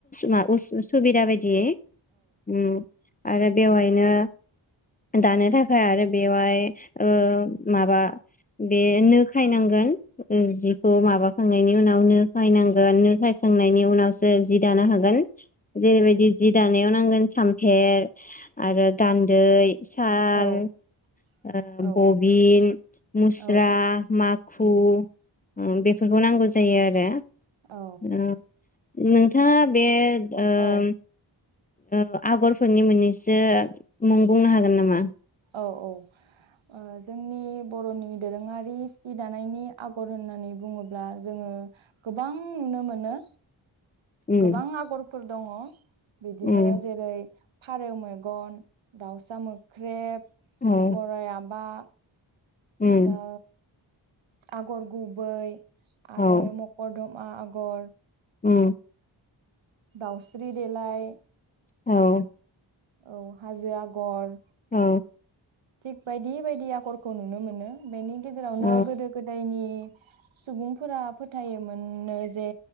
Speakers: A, on the left; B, on the right.
A: मा उसु सुबिदा बायदियै ओम। आरो बेवहायनो दानो थाखाय आरो बेवहाय। ओ- माबा बे नो खायनांगोन। औ जिखौ माबा। खांनायनि उनाव नो फायनांगोन, नो फायखांनायनि उनावसो जि दानो हागोन। जेरैबायदि जि दानायाव। नांगोन सामफेर। आरो गान्दै, साल।
B: औ
A: बबिन,
B: औ
A: मुस्रा,
B: औ
A: माखु,
B: उम
A: ओम बेफोरखौ नांगौ जायो आरो।
B: औ।
A: ओ नोंथाङा बे। ओम।
B: औ
A: ओ- आगरफोरनि मोननैसो मुं बुंनो हागोन नामा?
B: औ औ ओ- जोंनि बर'नि दोरोङारि सि दानायनि आगर होननानै बुङोब्ला जोङो गोबां नुनो मोनो।
A: उम
B: गोबां आगरफोर दङ बिदिनो
A: उम
B: जेरै। फारौ मेगन, दाउसा मोख्रेब,
A: औ
B: गराइ आबा,
A: उम
B: दा। आगर गुबै,
A: औ
B: आरो मकरडम आगर।
A: औ।
B: दाउस्रि देलाय।
A: औ
B: औ हाजो आगर।
A: औ
B: थिग बायदि बायदि आगरखौ नुनो मोनो बेनि। गेजेरावनो
A: औ
B: गोदो गोदायनि सुबुंफोरा फोथायोमोननो जे